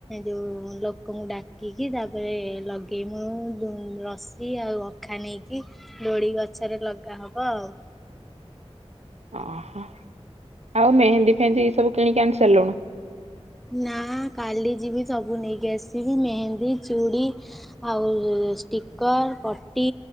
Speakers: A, in the centre; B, on the right.
A: ଯୋଉ ଲୋକଙ୍କୁ ଡାକିକି ତାପରେ ଲଗେଇମୁ ରସି ଆଉ। ଅଖା ନେଇକି ଦୋଳି ଗଛରେ ଲଗା ହବ ଆଉ।
B: ଓହୋ ଆଉ ମେହେନ୍ଦୀ ଫେହେନ୍ଦି ଏ ସବୁ କିଣିକି ଆଣି ସାରିଲୁଣୁ?
A: ନା କାଲି ଯିବି ସବୁ ନେଇକି ଆସିବି ମେହେନ୍ଦୀ, ଚୁଡ଼ି। ଆଉ ଷ୍ଟିକର, ପଟି,